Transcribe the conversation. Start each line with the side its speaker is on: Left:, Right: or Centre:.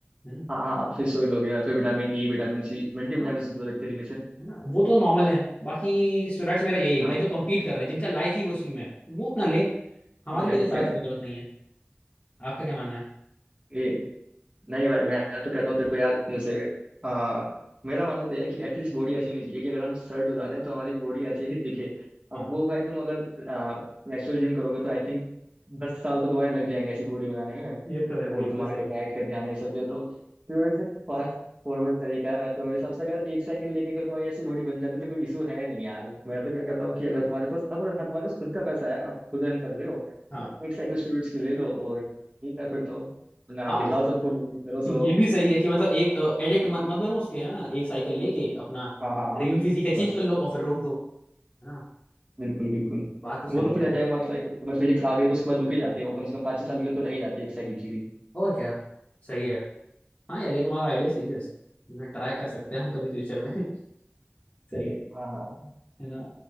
Left: है
Right: हाँ हाँ फिर सोइल हो गया फिर vitamin E vitamin C multi
Left: ना
Right: vitamin मतलब एक तरीके से
Left: है ना वो तो नॉर्मल है बाकी स्टूडेंट्स मेरा यही है कि
Right: हाँ
Left: भाई जो compete कर रहे हैं जिनका लाइफ ही वो उसी में है वो अपना ले हमारे
Right: ठीक है
Left: लिए
Right: ठीक
Left: तो शायद
Right: है
Left: कोई जरूरत नहीं है आपका क्या मानना है
Right: ए नहीं भाई मैं तो कहता हूँ देखो यार जैसे आ, मेरा मानना तो यह है कि एटलीस्ट बॉडी ऐसी होनी चाहिए कि अगर हम शर्ट उतारें तो हमारी बॉडी ऐसी है कि दिखे अब
Left: हाँ
Right: वो भाई तुम अगर नेचुरल जिम करोगे तो आई थिंक दस साल तो तुम्हारे लग जाएंगे ऐसी बॉडी बनाने में
Left: ये तो है
Right: और
Left: बिल्कुल
Right: तुम्हारे
Left: सही
Right: को डाइट का ध्यान है सब चीज़ें तो प्योर से फास्ट फॉरवर्ड तरीका है तो मेरे हिसाब से अगर एक साइकिल लेके अगर तुम्हारी ऐसी बॉडी बन जाती तो कोई इशू है नहीं यार मैं तो क्या कहता हूँ कि अगर तुम्हारे पास अगर हाँ, तुम्हारे पास खुद का पैसा है आप खुद अर्न कर रहे हो
Left: हाँ
Right: तो एक साइकिल स्टूडेंट्स की ले लो और ठीक है फिर तो ना
Left: हाँ मतलब
Right: दिखाओ सबको बॉडी करो
Left: <laughs>
Right: सो
Left: ये भी सही है कि मतलब एक एडिक्ट मत, मत बनो उसके है ना एक साइकिल लेके अपना
Right: हाँ हाँ हाँ
Left: ड्रीम फिजिक अचीव
Right: बस
Left: कर लो और फिर रोक दो है ना
Right: बिल्कुल बिल्कुल
Left: बात तो सही
Right: वो तो
Left: है
Right: फिर
Left: यार
Right: टाइम बाद लाइक एक बार फिजिक्स आ गई तो उसके बाद रुकी जाती है वो कम से कम पाँच छह साल के लिए तो रह ही जाती है एक साइकिल की भी
Left: और क्या सही है हाँ यार ये तुम्हारा आइडिया सही है वैसे है ना ट्राई कर सकते हैं हम कभी फ्यूचर में <laughs> सही है
Right: हाँ हाँ
Left: है ना